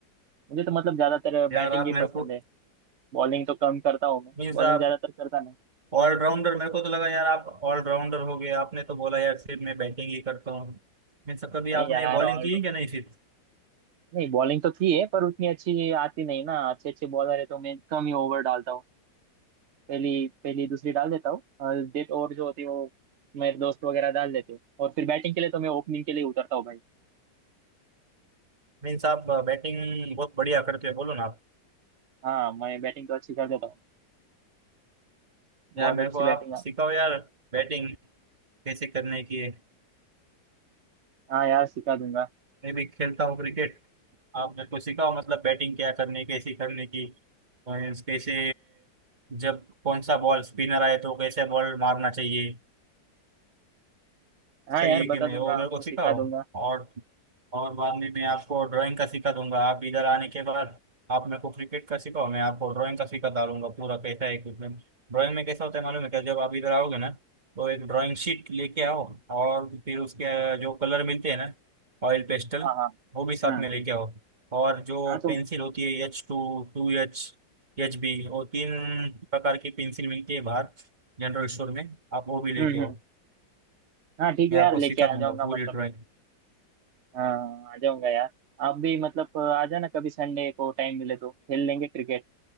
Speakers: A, on the right; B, on the right.
A: मुझे तो मतलब ज्यादातर
B: यार
A: बैटिंग
B: आप
A: ही
B: मेरे
A: पसंद
B: को
A: है बॉलिंग तो कम करता हूँ मैं
B: मीन्स
A: बॉलिंग
B: आप
A: ज्यादातर करता नहीं
B: ऑलराउंडर मेरे को तो लगा यार आप ऑलराउंडर हो गए आपने तो बोला यार सिर्फ मैं बैटिंग ही करता हूँ मीन्स कभी
A: नहीं
B: आपने
A: यार
B: बॉलिंग
A: ऑल
B: की है क्या नहीं सिर्फ
A: नहीं बॉलिंग तो थी है पर उतनी अच्छी आती नहीं ना अच्छे अच्छे बॉलर है तो मैं कम ही ओवर डालता हूँ पहली पहली दूसरी डाल देता हूँ और डेथ ओवर जो होती है वो मेरे दोस्त वगैरह डाल देते हैं। और फिर बैटिंग के लिए तो मैं ओपनिंग के लिए उतरता हूँ भाई
B: मीन्स आप बैटिंग बहुत बढ़िया करते हो बोलो ना आप
A: हाँ मैं बैटिंग तो अच्छी कर देता हूँ बहुत
B: यार मेरे
A: अच्छी
B: को आप
A: बैटिंग है
B: सिखाओ यार बैटिंग कैसे करने की है
A: हाँ यार सिखा दूंगा
B: मैं भी खेलता हूँ क्रिकेट आप मेरे को सिखाओ मतलब बैटिंग क्या करनी कैसे करने की और कैसे जब कौन सा बॉल स्पिनर आए तो कैसे बॉल मारना चाहिए
A: हाँ
B: सही
A: यार
B: है कि
A: बता
B: नहीं
A: दूंगा
B: वो मेरे
A: आपको
B: को सिखाओ
A: सिखा दूंगा
B: और और बाद में मैं आपको ड्राइंग का सिखा दूंगा आप इधर आने के बाद आप मेरे को क्रिकेट का सिखाओ मैं आपको ड्राइंग का सिखा डालूंगा पूरा कैसा है इक्विपमेंट ड्राइंग में कैसा होता है मालूम है क्या जब आप इधर आओगे ना तो एक ड्राइंग शीट लेके आओ और फिर उसके जो कलर मिलते हैं ना ऑयल पेस्टल
A: हाँ हाँ
B: वो भी साथ
A: हाँ
B: में लेके आओ और जो
A: हाँ तो
B: पेंसिल होती है एच टू टू एच एच बी वो तीन प्रकार की पेंसिल मिलती है बाहर जनरल स्टोर में आप वो भी लेके
A: हम्म
B: आओ
A: हम्म हाँ ठीक
B: मैं
A: है यार
B: आपको
A: लेके
B: सिखा
A: आ
B: दूंगा
A: जाऊंगा
B: पूरी
A: मतलब
B: ड्राइंग
A: हाँ आ जाऊंगा यार आप भी मतलब आ जाना कभी संडे को टाइम मिले तो खेल लेंगे क्रिकेट